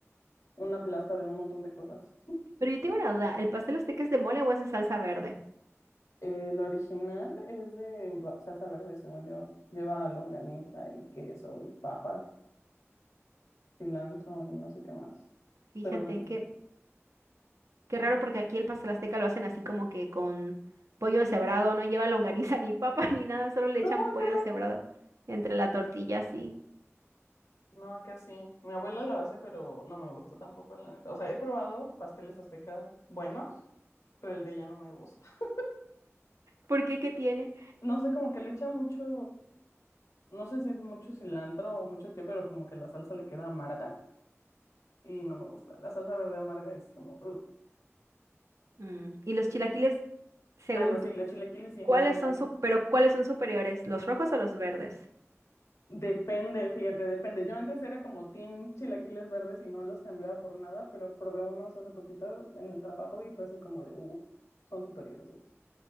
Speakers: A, on the left; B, on the right.
A: una plasta de un montón de cosas.
B: pero yo tengo una duda, ¿el pastel azteca es de mole o es de salsa verde?
A: El original es de ba- salsa verde, según yo. Lleva longaniza y queso y papas cilantro y no sé qué más.
B: Fíjate,
A: Pero,
B: qué, qué
A: ajá.
B: raro porque aquí el pastel azteca lo hacen así como que con pollo deshebrado, no lleva longaniza ni papa <laughs> ni nada, solo le
A: ¿cómo
B: echan pollo
A: crees?
B: deshebrado entre la tortilla, sí.
A: No, acá sí. Mi abuela lo hace, pero no me gusta tampoco, la neta. O sea, he probado pasteles aztecas buenos, pero el de ella no me gusta. <laughs>
B: ¿Por qué? ¿Qué tiene?
A: No sé, como que le echa mucho, no sé si es mucho cilantro o mucho qué, pero como que la salsa le queda amarga y no me gusta. La salsa verde amarga es como, "Ugh".
B: Mm, ¿Y los chilaquiles? Según
A: Ay, no, sí,
B: tú,
A: los chilaquiles sí,
B: ¿cuáles
A: me encantan.
B: son su- pero cuáles son superiores, los rojos o los verdes?
A: Depende, fíjate, depende. Yo antes era como team chilaquiles verdes y no los cambiaba por nada, pero probé unos hace poquito en el trabajo y fue así como de, uff, son superiores estos.